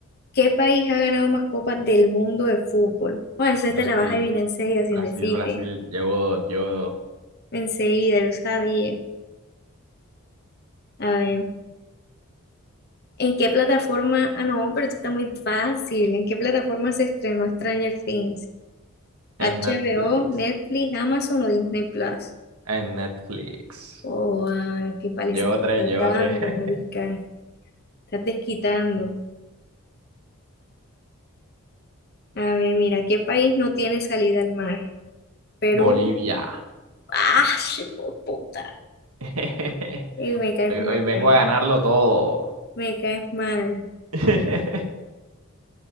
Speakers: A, on the left; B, on the right.
A: ¿Qué país ha ganado más copas del mundo de fútbol? Bueno, esa
B: Brasil,
A: te la vas a adivinar enseguida sin
B: Brasil,
A: decirte.
B: Brasil. Llevo, llevo
A: Enseguida, yo sabía. A ver, ¿en qué plataforma? Ah, no, pero esto está muy fácil. ¿En qué plataforma se estrenó Stranger Things? HBO,
B: En Netflix.
A: Netflix, Amazon o Disney Plus.
B: en Netflix.
A: Oh, ah, qué paliza
B: Llevo
A: me
B: tres,
A: estás
B: llevo
A: dando,
B: tres. <laughs>
A: marica. Estás desquitando. A ver, mira, ¿qué país no tiene salida al mar? Perú.
B: Bolivia.
A: ¡Ah, sí, puta!
B: <laughs>
A: Ey, me caes
B: Hoy,
A: mal,
B: hoy vengo
A: marica.
B: a ganarlo todo.
A: Me caes mal.
B: <laughs>